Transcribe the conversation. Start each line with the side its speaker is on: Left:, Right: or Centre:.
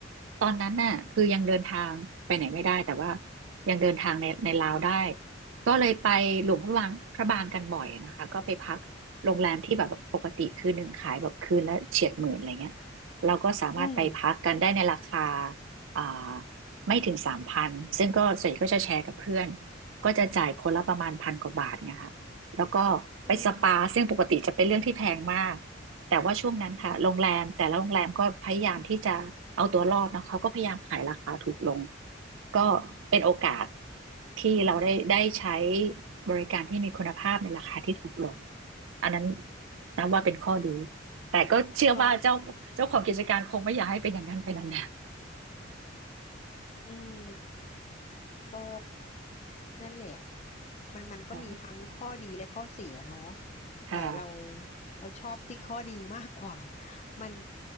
Right: ตอนนั้นน่ะคือยังเดินทางไปไหนไม่ได้แต่ว่ายังเดินทางในในลาวได้ก็เลยไปหลวงพระบางพระบางกันบ่อยนะคะก็ไปพักโรงแรมที่แบบปกติคืนหนึ่งขายแบบคืนละเฉียดหมื่นอะไรเงี้ยเราก็สามารถไปพักกันได้ในราคา
Left: อืม
Right: อ่าไม่ถึงสามพันซึ่งก็ส่วนใหญ่ก็จะแชร์กับเพื่อนก็จะจ่ายคนละประมาณพันกว่าบาทเงี้ยค่ะ แล้วก็ไปสปาซึ่งปกติจะเป็นเรื่องที่แพงมาก
Left: อืม
Right: แต่ว่าช่วงนั้นค่ะโรงแรมแต่ละโรงแรมก็พยายามที่จะเอาตัวรอดนะเขาก็พยายามขายราคาถูกลงก็เป็นโอกาสที่เราได้ได้ใช้บริการที่มีคุณภาพในราคาที่ถูกลงอันนั้นนับว่าเป็นข้อดีแต่ก็เชื่อว่าเจ้าเจ้าของกิจการคงไม่อยากให้เป็นอย่างนั้นไปนาน
Left: เนาะอืม ก็นั่นแหละมันมันก็มีทั้งข้อดีและข้อเสียเนาะ
Right: ๆค่ะ
Left: แต่เรา
Right: ค่ะ
Left: เราชอบที่ข้อดีมากกว่า <laughs> มัน